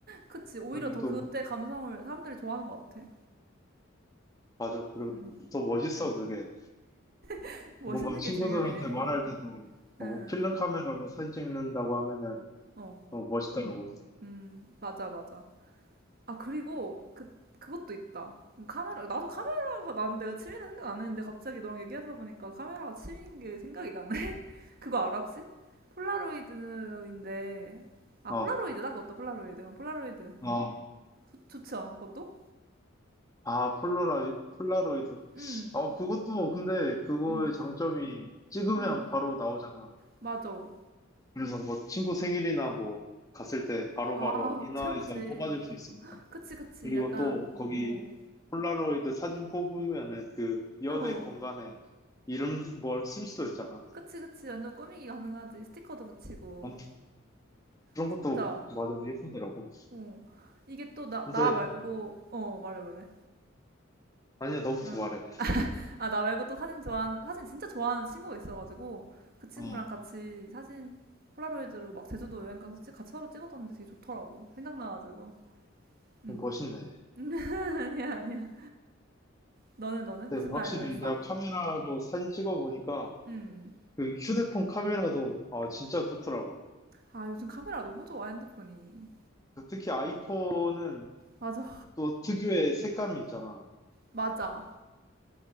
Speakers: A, on the right; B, on the left.
A: 그치. 오히려
B: 그런 게
A: 더
B: 또,
A: 그때 감성을 사람들이 좋아하는 것 같아.
B: 맞아. 그리고
A: 음,
B: 더 멋있어, 그게.
A: <laughs> 멋있는
B: 뭔가 친구들한테
A: 게 중요해.
B: 말할 때도, 어,
A: 음,
B: 뭐 필름 카메라로 사진 찍는다고 하면은,
A: 어,
B: 어, 멋있더라고.
A: 음, 맞아, 맞아. 아 그리고 그 그것도 있다. 음, 카메라 나도 카메라가 나는 내가 취미라 생각 안 했는데 갑자기 너랑 얘기하다 보니까 카메라가 취미인 게 생각이 나네. <laughs> 그거 알아 혹시? 폴라로이드인데 아
B: 아,
A: 폴라로이드다 그것도 폴라로이드. 어, 폴라로이드
B: 아,
A: 좋- 좋지 않아 그것도?
B: 아, 폴라로이, 폴라로이드.
A: 응,
B: 어, 그것도, 근데 그거의
A: 응,
B: 장점이 찍으면
A: 응
B: 바로 나오잖아.
A: 맞아.
B: 그래서 뭐 친구 생일이나 뭐 갔을 때 바로바로
A: 아
B: 인화해서
A: 최고지.
B: 뽑아줄 수 있으니까.
A: 그치 그치
B: 그리고
A: 약간
B: 또 거기
A: 어,
B: 폴라로이드 사진 뽑으면은 그 여백
A: 어
B: 공간에 이름 뭘 쓸 수도 있잖아.
A: 그치 그치 완전 꾸미기 가능하지. 스티커도 붙이고
B: 어, 그런
A: 진짜
B: 것도 맞아, 예쁘더라고.
A: 어 이게 또 나
B: 근데,
A: 나 말고 어 말해 말해.
B: 아니야, 너부터
A: 응.
B: 말해.
A: 아, 나 말고 또 사진 좋아하는, 사진 진짜 좋아하는 친구가 있어가지고, 그 친구랑
B: 어,
A: 같이 사진 폴라로이드로 막 제주도 여행 가서 찍, 같이 서로 찍었었는데 되게 좋더라고. 생각나가지고. 응.
B: 멋있네.
A: <laughs> 아니야, 아니야. 너는, 너는?
B: 네,
A: 무슨
B: 확실히
A: 말 하려고 그랬어?
B: 내가 카메라로 사진 찍어보니까
A: 응.
B: 그 휴대폰 카메라도 아 진짜 좋더라고.
A: 아, 요즘 카메라 너무 좋아, 핸드폰이.
B: 그 특히 아이폰은
A: 맞아,
B: 또 특유의 색감이 있잖아.
A: 맞아.